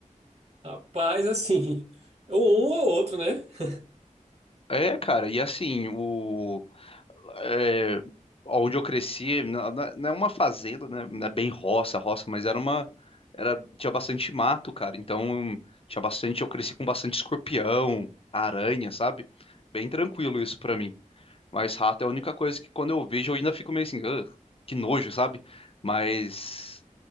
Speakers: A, on the right; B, on the left.
A: Rapaz, assim, <laughs> um ou outro, né? <laughs>
B: É, cara, e assim, o. É, onde eu cresci, na- na- não é uma fazenda, né? Não é bem roça, roça, mas era uma. Era, tinha bastante mato, cara. Então, tinha bastante. Eu cresci com bastante escorpião, aranha, sabe? Bem tranquilo isso pra mim. Mas rato é a única coisa que quando eu vejo eu ainda fico meio assim, "Ugh, que nojo, sabe? Mas.